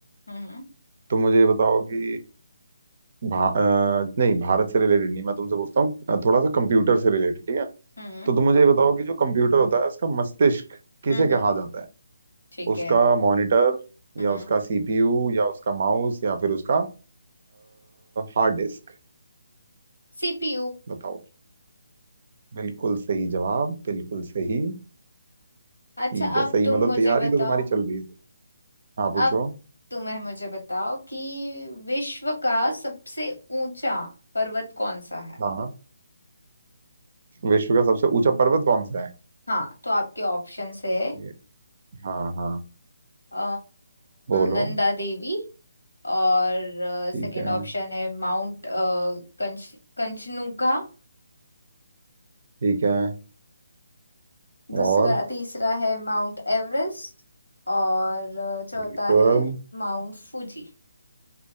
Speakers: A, on the left; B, on the right.
A: हम्म
B: तुम मुझे ये बताओ कि भा, अ, नहीं भारत से रिलेटेड नहीं मैं तुमसे पूछता हूँ अ, थोड़ा सा कंप्यूटर से रिलेटेड ठीक है
A: हम्म
B: तो तुम मुझे ये बताओ कि जो कंप्यूटर होता है उसका मस्तिष्क किसे
A: हम्म
B: कहा
A: हम्म,
B: जाता है
A: ठीक
B: उसका
A: है
B: मॉनिटर
A: हम्म
B: या उसका सीपीयू या उसका माउस या फिर उसका हार्ड डिस्क
A: सीपीयू
B: बताओ बिल्कुल सही जवाब बिल्कुल सही
A: अच्छा
B: ठीक है
A: अब
B: सही
A: तुम
B: मतलब
A: मुझे
B: तैयारी
A: बताओ
B: तो तुम्हारी चल रही है हाँ पूछो
A: अब तुम्हें मुझे बताओ कि विश्व का सबसे ऊंचा पर्वत कौन सा है
B: हाँ विश्व का सबसे ऊंचा पर्वत कौन सा है
A: हाँ तो आपके ऑप्शंस है
B: ये हाँ हाँ
A: अ,
B: बोलो
A: नंदा देवी और
B: ठीक
A: सेकंड
B: है
A: ऑप्शन है माउंट अ, कंच कंचनुगा
B: ठीक है और
A: दूसरा तीसरा है माउंट एवरेस्ट और अ, चौथा
B: बिल्कुल
A: है माउंट फूजी